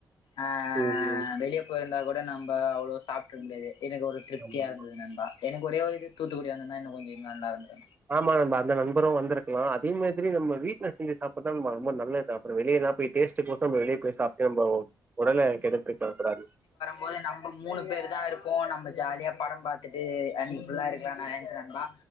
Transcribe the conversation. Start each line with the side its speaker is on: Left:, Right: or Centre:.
Left: ஆ
Right: ம்
Left: வெளியே போயிருந்தா கூட நம்ம அவ்ளோ சாப்ட்ருக்க முடியாது எனக்கு ஒரு திருப்தியா
Right: ஆமா ஆமா
Left: இருந்தது நண்பா எனக்கு ஒரே ஒரு இது தூத்துக்குடி வந்துந்தா எனக்கு கொஞ்சோ நல்லா இருந்து
Right: ஆமா நண்பா அந்த நண்பரு வந்திருக்கலா அதே மாதிரி நம்ம வீட்டில செஞ்சு சாப்ட்டதா நம்ம ரொம்ப நல்லது சாப்பற வெளியே எல்லா போயிட்டு டேஸ்ட்டுக் கொசறோ நம் வெளிய போய் சாப்ட்டு நம்போ உடல கெடுத்துக்க கூடாது
Left: போது நம்ப மூணு பேர் தா இருப்போ நம்ப ஜாலியா படோ பாத்துட்டு அன்னைக்கி புல்லா இருக்கலா நா நெனச்சே நண்பா